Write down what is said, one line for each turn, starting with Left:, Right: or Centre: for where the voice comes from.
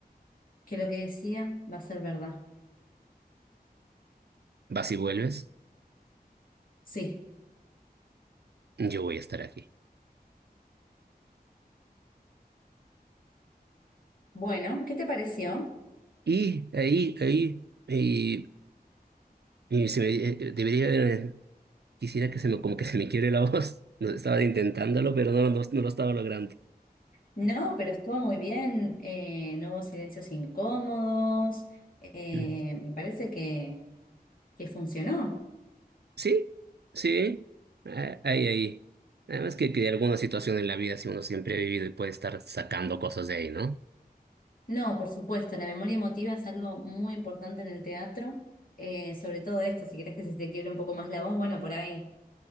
Left: que lo que decía va a ser verdad.
Right: Vas y vuelves,
Left: Sí.
Right: yo voy a estar aquí.
Left: Bueno, ¿qué te pareció?
Right: Y ahí, ahí, y, y se me, eh, debería haber, quisiera que se me, como que se me quiebre la voz. <laughs> No, estaba intentándolo, pero no, no, no lo estaba logrando.
Left: No, pero estuvo muy bien. eh, no hubo silencios incómodos. eh,
Right: Mm.
Left: me parece que, que funcionó.
Right: Sí, sí, ah, ahí, ahí. Además que, que alguna situación en la vida, si uno siempre ha vivido y puede estar sacando cosas de ahí, ¿no?
Left: No, por supuesto, la memoria emotiva es algo muy importante en el teatro, eh, sobre todo esto, si querés que se te quiebre un poco más la voz, bueno, por ahí